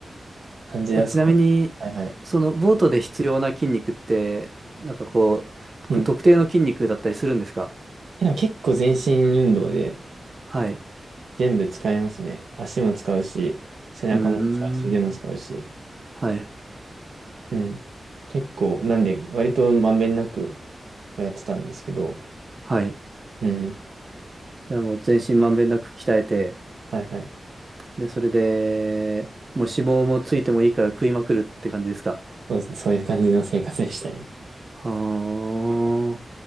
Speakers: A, on the right (about 80°); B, on the right (about 30°).
A: 感じだそう。
B: え、ちなみに、
A: はいはい。
B: そのボートで必要な筋肉って、なんかこ
A: うん。
B: う、特定の筋肉だったりするんですか
A: え、なんか結構全身運動で
B: はい。
A: 全部使いますね。足も使うし、背中も使うし、
B: うー
A: 腕も使うし。
B: ん。はい。
A: うん。結構、なんで、割とまんべんなくやってたんですけど。
B: はい。
A: うん。
B: じゃあもう全身まんべんなく鍛えて、
A: はいはい。
B: で、それで、もう脂肪もついてもいいから食いまくるって感じですか
A: そうですね。そういう感じの生活でしたね。
B: は